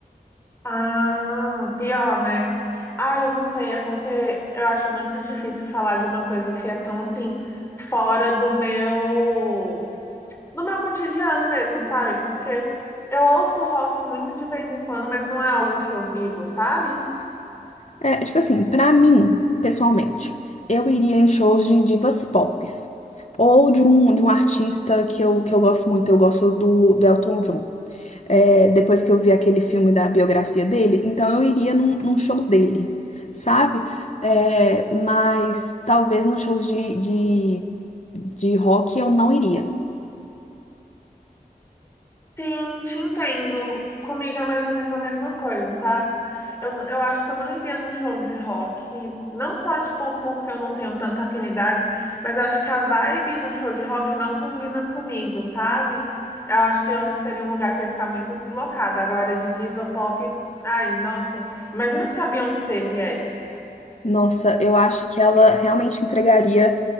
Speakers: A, on the left (about 15°); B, on the left (about 50°).
A: Ah, pior, né? Ah, eu não sei, é porque eu acho muito difícil falar de uma coisa que é tão, assim, fora do meu. no meu cotidiano mesmo, sabe? Porque eu ouço rock muito de vez em quando, mas não é algo que eu vivo, sabe?
B: É, tipo assim, pra mim, pessoalmente, eu iria em shows de divas pop. Ou de um, de um artista que eu, que eu gosto muito, eu gosto do, do Elton John. é, depois que eu vi aquele filme da biografia dele, então eu iria num, num show dele, sabe? É, mas talvez nos shows de, de, de rock eu não iria.
A: Sim, te entendo. Comigo é mais ou menos a mesma coisa, sabe? Eu, eu acho que eu não entendo um show de rock, não só, tipo, porque eu não tenho tanta afinidade, mas eu acho que a vibe de um show de rock não combina comigo, sabe? Eu acho que eu seria um lugar que eu ia ficar muito deslocada. Agora, de diva pop, ai, nossa, imagina se a Beyoncé viesse.
B: Nossa, eu acho que ela realmente entregaria